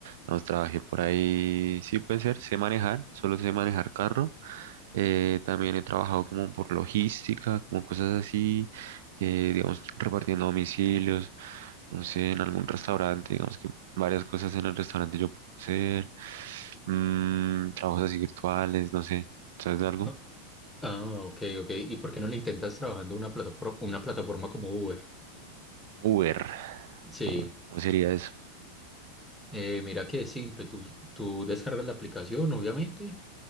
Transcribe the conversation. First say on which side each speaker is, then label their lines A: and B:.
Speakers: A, on the right; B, in the centre.
A: nos trabajé por ahí, sí puede ser, sé manejar, solo sé manejar carro, eh, también he trabajado como por logística, como cosas así, eh, digamos, repartiendo domicilios, no sé, en algún restaurante, digamos que varias cosas en el restaurante yo puedo hacer, mm, trabajos así virtuales, no sé, ¿sabes de algo?
B: Ah, ah, ok, ok. ¿Y por qué no le intentas trabajando una plataforma, una plataforma como Uber?
A: Uber,
B: Sí,
A: ¿cómo, cómo sería eso?
B: eh, mira que es simple, tú, tú descargas la aplicación, obviamente.